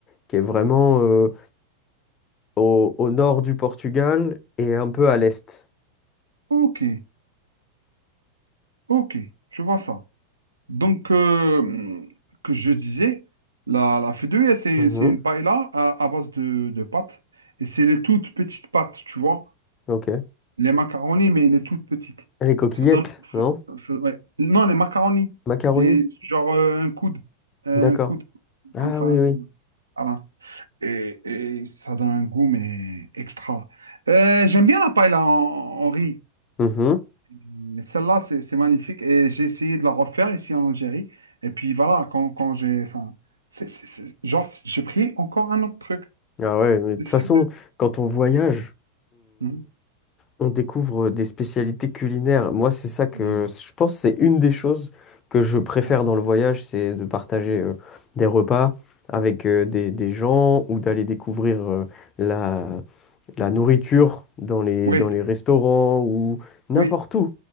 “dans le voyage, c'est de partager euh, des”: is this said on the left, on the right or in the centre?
Left